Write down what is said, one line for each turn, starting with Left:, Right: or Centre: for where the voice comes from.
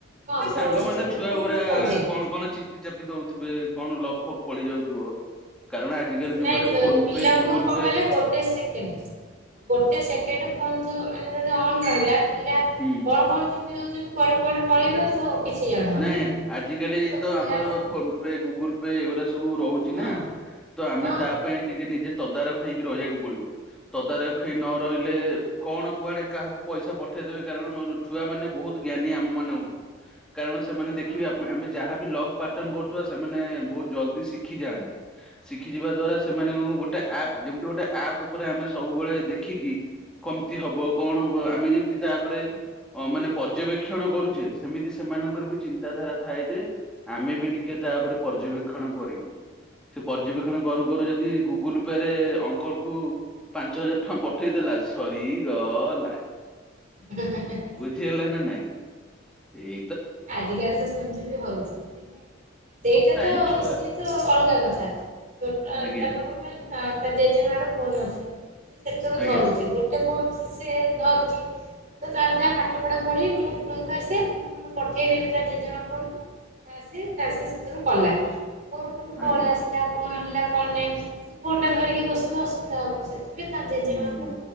Right: ମୋ
Centre: ଏ
Right: ଫୋନ
Centre: ସାଙ୍ଗମାନେ
Right: ଛୋଟ
Centre: ଛୁଆ
Right: ପିଲାଙ୍କୁ
Centre: ଗୁଡା
Right: ମୁଁ କରିଦିଏ।
Centre: କଣ କଣ ଚିପି ଚାପି ଦଉଥିବେ କଣ ଲକ୍ ଫକ୍ ପଡିଯାଉଥିବ। କାରଣ ଆଜିକାଲି
Right: ନାଇଁ
Centre: ଯୁଗରେ
Right: ତ
Centre: ଫୋନ
Right: ପିଲାଙ୍କୁ
Centre: ପେ, ଗୁଗୁଲ
Right: କଣ
Centre: ପେ
Right: କହିଲେ ଗୋଟେ ସେକେଣ୍ଡ ଗୋଟେ ସେକେଣ୍ଡ କୁହନ୍ତୁ ମାନେ ଯଦି ଅନ ରହିଲା ପିଲା
Centre: ହୁଁ
Right: କଣ କଣ ଚିପି ଦଉଛନ୍ତି କୁଆଡେ କୁଆଡେ ପଳେଇ କିଛି ଜଣାହବନି।
Centre: ନାଇଁ ଆଜିିକାଲି ତ
Right: ପିଲାର
Centre: ଆମର
Right: ହଁ
Centre: ଫୋନ ପେ, ଗୁଗୁଲ ପେ ଏଗୁରା ସବୁ ରହୁଛି
Right: ହଁ
Centre: ନା, ତ ଆମେ
Right: ହଁ
Centre: ତା ପାଇଁ ଟିକେ ନିଜେ ତଦାରଖ ହେଇକି ରହିବାକୁ ପଡିବ। ତଦାରଖ ହେଇ ନ ରହିଲେ କଣ କୁଆଡେ କାହାକୁ ପଇସା ପଠେଇଦେବେ? କାରଣ ମ ଛୁଆ ମାନେ ବହୁତ ଜ୍ଞାନୀ ଆମ ମାନଙ୍କଠୁ। କାରଣ ସେମାନେ ଦେଖିବେ
Right: ହଁ ହୁଁ
Centre: ଆମେ ଯାହାବି ଲଗ ପାଟନ କରୁଥିବା ସେମାନେ ବହୁତ ଜଲଦି ଶିଖି ଯାଆନ୍ତି। ଶିଖି ଯିବା ଦ୍ଵାରା ସେମାନେ କଣ ଗୋଟେ ଆପ୍ ଯେମିତି ଗୋଟେ ଆପ୍ ଉପରେ ଆମେ ସବୁବେଳେ ଦେଖିକି, କମତି ହବ, କଣ ହବ, ଆମେ ଯେମିତି ତା
Right: ହୁଁ
Centre: ଉପରେ ଅ ମାନେ ପର୍ଯ୍ୟବେକ୍ଷଣ କରୁଛେ
Right: ହୁଁ।
Centre: ସେମିତି ସେମାନଙ୍କର ବି ଚିନ୍ତାଧାରା ଥାଏ ଯେ ଆମେ ବି ଟିକେ ତାପରେ ପର୍ଯ୍ୟବେକ୍ଷଣ କରିବୁ। ସେ ପର୍ଯ୍ୟବେକ୍ଷଣ କରୁ କରୁ ଯଦି ଗୁଗୁଲ ପେ ରେ ଅଙ୍କଲ କୁ ପାଞ୍ଚ ହଜାର ଟଙ୍କା ପଠେଇଦେଲା ସରିଗଲା।
Right: ହେ ହେ ହେ
Centre: ବୁଝିହେଲା ନା ନାଇଁ ଏ
Right: ଆଜିକାଲି ତ ସେମିତି ବି ହଉଛି ସେଇଟା
Centre: ନାଇଁ
Right: ତ
Centre: ଛୁଆ
Right: ସୀଏ ଅଲଗା କଥା ଛୋଟ
Centre: ଆଜ୍ଞା
Right: <unintelligible> ଜେଜେମାର ଫୋନ୍ ଅଛି। ସେଥିରୁ
Centre: ଆଜ୍ଞା
Right: ଧରୁଛି ଗୋଟେ ସେ ଧରୁଛି ତ ତାର ଯାହା ପାଠ ପଢା ପଢି ମୋ ପାଖକୁ ଆସେ ମୁଁ ତାକୁ ପଠେଇଦେବି ତା ଜେଜେମା ଫୋନକୁ ତା ସେ ତା ସେ ସେଥିରୁ କଲା। ମୋର କୋଉଠୁ କଲ
Centre: ଆଜ୍ଞା
Right: ହେଲା କଣ ହେଲା କଣ ନାହିଁ ସେ କଣଟା ଧରିକି ବସିବ ଅସୁବିଧା ହେବ ସେଇଠି ଏ ତା ଜେଜେମା
Centre: ହୁଁ ହୁଁ
Right: ଫୋନ